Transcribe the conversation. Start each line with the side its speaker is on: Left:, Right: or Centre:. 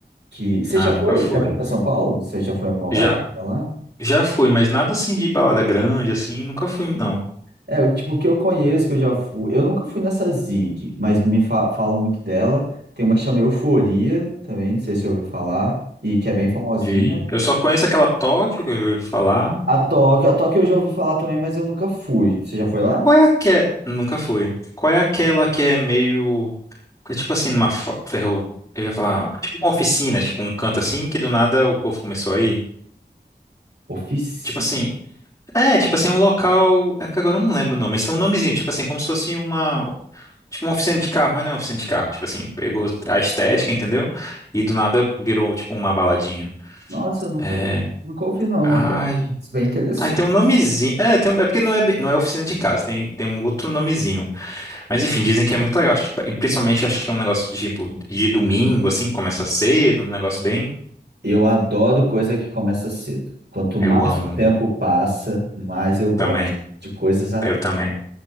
Right: Que... Você
Left: Ah,
Right: já foi?
Left: nunca fui.
Right: Você já foi para São Paulo? Você já foi em alguma balada
Left: Já,
Right: lá?
Left: já fui, mas nada assim de balada grande, assim, nunca fui, não.
Right: É, o tipo, que eu conheço, que eu já fui. Eu nunca fui nessa Zig, mas me fa- falam muito dela. Tem uma que chama Euforia também, não sei se você ouviu falar, e que é bem famosinha.
Left: De- Eu só conheço aquela Tóquio que eu já ouvi falar.
Right: A Tóquio, a Tóquio eu já ouvi falar também, mas eu nunca fui. Você já foi lá?
Left: Qual é a que é... Nunca fui. Qual é aquela que é meio... que é tipo assim, numa fa- ferro... Eu ia falar, tipo uma oficina, tipo um canto assim, que do nada o povo começou a ir.
Right: Oficina.
Left: Tipo assim... É, tipo assim, um local... É porque agora eu não lembro o nome, mas tem um nomezinho, tipo assim, como se fosse uma... Tipo uma oficina de carro, mas não é uma oficina de carro. Tipo assim, pegou a estética, entendeu? E do nada virou, tipo, uma baladinha.
Right: Nossa, eu nunca,
Left: É.
Right: nunca ouvi, não.
Left: Ai.
Right: até. Isso é bem interessante.
Left: Ai, tem um nomezinho. É, tem um- é porque não é, be- não é oficina de casa, tem, tem um outro nomezinho. Mas enfim, dizem que é muito legal. acho que- e principalmente acho que é um negócio de, tipo, de domingo, assim, que começa cedo, um negócio bem.
Right: Eu adoro coisa que começa cedo. Quanto mais
Left: Eu amo
Right: o tempo passa, mais eu gosto
Left: também.
Right: de coisas à tarde.
Left: Eu também.